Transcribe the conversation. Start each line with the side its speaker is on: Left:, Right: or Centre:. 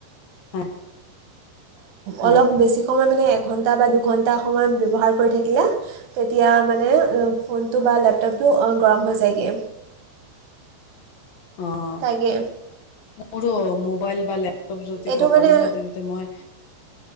Left: <unintelligible> হয়
Right: অলপ বেছি সময় মানে এঘণ্টা বা দুঘণ্টা সময় ব্যৱহাৰ কৰি থাকিলে। তেতিয়া মানে ফোনটো বা লেপটপটো গৰম হৈ যায়গে।
Left: অ'।
Right: তাকে
Left: মোৰো মোবাইল বা লেপটপ যদি
Right: এইটো
Left: গৰম
Right: মানে
Left: হয় তেন তে মই,